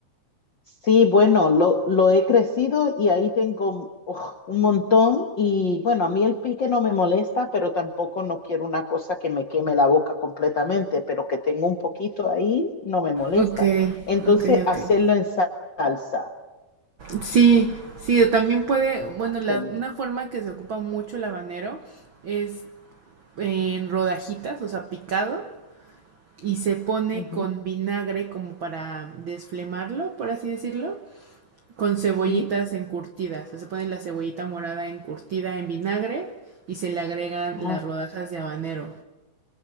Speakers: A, on the left (about 60°); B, on the right (about 80°).
A: Sí, bueno, lo, lo he crecido y ahí tengo uf, un montón y bueno, a mí el pique no me molesta, pero tampoco no quiero una cosa que me queme la boca completamente, pero que tengo un poquito ahí no me molesta.
B: Ok,
A: Entonces,
B: ok,
A: hacerlo
B: ok.
A: en sa- salsa.
B: Sí, sí, o también puede, bueno,
A: Ah,
B: la,
A: qué bien.
B: una forma que se ocupa mucho el habanero es en rodajitas, o sea, picado, y se pone
A: Ujú,
B: con vinagre como para desflemarlo, por así decirlo, con cebollitas
A: Sí.
B: encurtidas. O sea, se pone la cebollita morada encurtida en vinagre y se le agregan
A: Ah,
B: las rodajas de habanero.